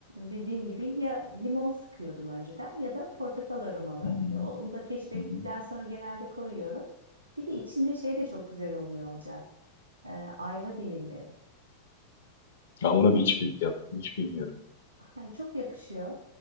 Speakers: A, on the right; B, on the left.
A: dediğin gibi ya limon sıkıyordum önceden ya da portakal aromalı.
B: Hmm,
A: Ya Onu da keşfettikten
B: hı hı.
A: sonra genelde koyuyorum. Bir de içinde şey de çok güzel oluyor Olcay. E, ayva dilimleri.
B: Ya ona bir hiç, bil- yap, hiç bilmiyorum.
A: Ay, çok yakışıyor.